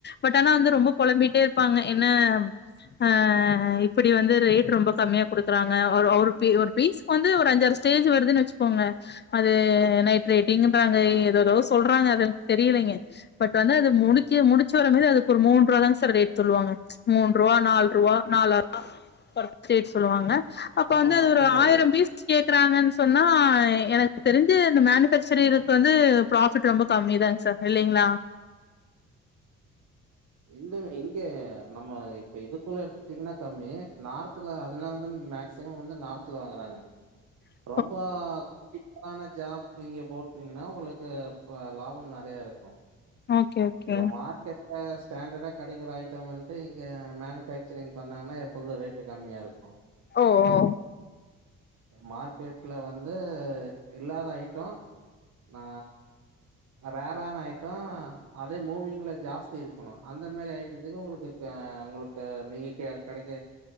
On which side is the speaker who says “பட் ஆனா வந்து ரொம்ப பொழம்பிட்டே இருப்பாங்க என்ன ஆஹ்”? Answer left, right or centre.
Left